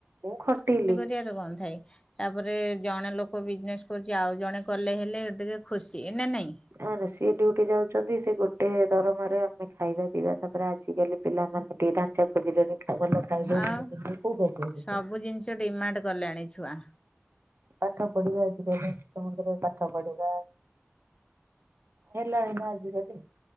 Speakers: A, on the right; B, on the left.
A: ମୁଁ ଖଟିଲି।
B: ପିଆଜ ଗନ୍ଧାଏ। ତାପରେ ଜଣେ ଲୋକ ବିଜନେସ୍ କରୁଚି ଆଉ ଜଣେ କଲେ ହେଲେ ଟିକେ ଖୁସି ନା ନାଇଁ।
A: ଆ ନା ସିଏ ଡିଉଟି ଯାଉଚନ୍ତି ସେ ଗୋଟିଏ ଦରମାରେ ଆମେ ଖାଇବା ପିଇବା ତାପରେ ଆଜିକାଲି ପିଲାମାନେ ଟିକେ ଢାଞ୍ଚା ଖୋଜିଲେଣି ଖାଉ ଭଲ ଖାଇବେ
B: ଆଉ
A: ଭଲ ପିନ୍ଧିବେ କୋଉଠୁ ଆସିବ ସେ
B: ସବୁ ଜିନିଷ ଡିମାଣ୍ଡ କଲେଣି ଛୁଆ।
A: ପାଠ ପଢିବା ଆଜିକାଲି ଶିଶୁ ମନ୍ଦିରରେ ପାଠ ପଢିବା। ହେଲାଣି ନା ଆଜିକାଲି